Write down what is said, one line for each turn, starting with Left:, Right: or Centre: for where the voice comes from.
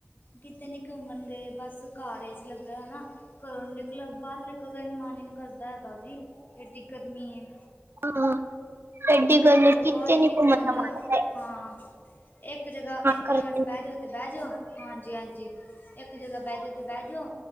Left: ਕਿਤੇ ਨੀ ਘੁੰਮਣ ਗਏ ਬਸ ਕਾਰ ਚ ਲੱਗਾ ਹਨਾ ਘਰੋਂ ਨਿਕਲਣ ਬਾਹਰ ਨਿਕਲਦਾ ਇਨਾ ਮਨ ਹੀ ਨੀ ਕਰਦਾ ਹੈਗਾ ਜੀ ਇਹਡੀ ਗਰਮੀ ਹੈ।
Right: ਹੂੰ, ਏਡੀ ਗੱਲ
Left: ਘਰੋਂ
Right: ਕੀਤੀ
Left: ਬਾਹਰ ਹੀ
Right: ਨੀ
Left: ਨਿਕਲ
Right: ਤੇ <unintelligible>
Left: ਜਾਂਦਾ ਹਾਂ, ਇੱਕ ਜਗ੍ਹਾ- ਇੱਕ
Right: ਕਰਦੇ
Left: ਜਗ੍ਹਾ ਬਹਿਜੋ ਤੇ, ਬਹਿਜੋ ਹਾਂਜੀ- ਹਾਂਜੀ ਇੱਕ ਜਗ੍ਹਾ ਬਹਿ ਜੋ, ਤੇ ਬਹਿ ਜੋ,